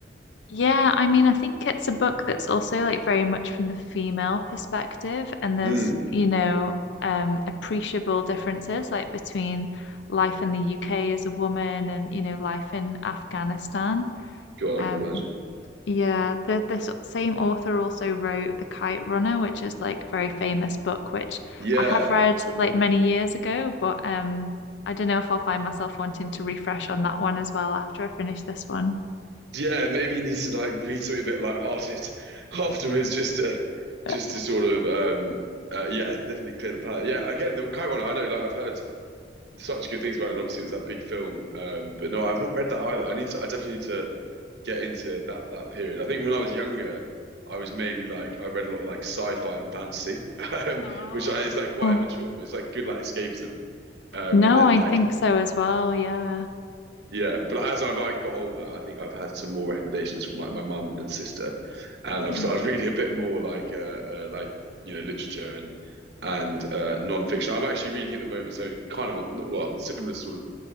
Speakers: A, on the left; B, on the right.
A: Yeah, I mean, I think it's a book that's also like very much from the female perspective, and there's,
B: And, mm,
A: you know, um, appreciable differences like between life in the UK as a woman and, you know, life in Afghanistan.
B: God,
A: Um,
B: I can imagine.
A: yeah, the this same author also wrote The Kite Runner, which is like very famous book, which
B: Yeah.
A: I have read like many years ago, but um, I don't know if I'll find myself wanting to refresh on that one as well after I finish this one.
B: yeah, maybe he needs to like be something a bit lighthearted <laughs> afterwards, just to
A: <laughs>
B: just to sort of um uh, yeah, definitely clear the palate. Yeah, again, the Kite Runner, I know like I've heard such good things about it, and obviously it was that big film. Um, but no, I've not read that either. I need to I definitely need to get into that that period. I think when I was younger, I was mainly like I read a lot of like sci-fi and fantasy, <laughs> um,
A: Oh,
B: which I is
A: cool.
B: like quite
A: Oh,
B: immature, but it's like good like escapism. Um,
A: no,
B: but then
A: I
B: like
A: think so as well. Yeah.
B: yeah, but as I've like got older, I think I've had some more recommendations from like my mum and sister and
A: Hmm.
B: I've started reading a bit more like uh, uh like you know literature and and uh non-fiction. I'm actually reading at the moment, so kind of on well similar sort of